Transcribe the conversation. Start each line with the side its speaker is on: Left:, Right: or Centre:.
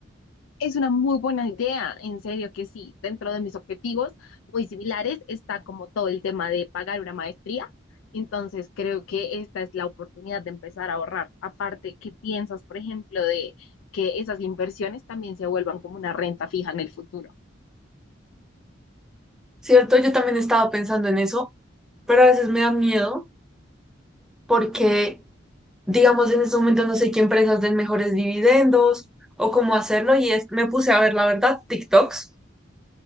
Left: Es una muy buena idea, en serio que sí. Dentro de mis objetivos muy similares está como todo el tema de pagar una maestría. Entonces creo que esta es la oportunidad de empezar a ahorrar. Aparte, ¿qué piensas, por ejemplo, de que esas inversiones también se vuelvan como una renta fija en el futuro?
Centre: ¿cierto? Yo también estaba pensando en eso, pero a veces me da miedo porque, digamos, en este momento no sé qué empresas den mejores dividendos o cómo hacerlo, y es, me puse a ver, la verdad, TikToks.